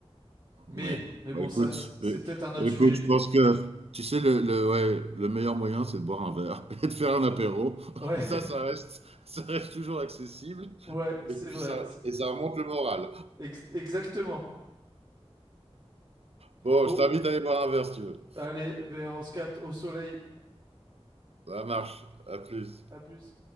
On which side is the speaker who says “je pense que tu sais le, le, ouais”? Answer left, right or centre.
Right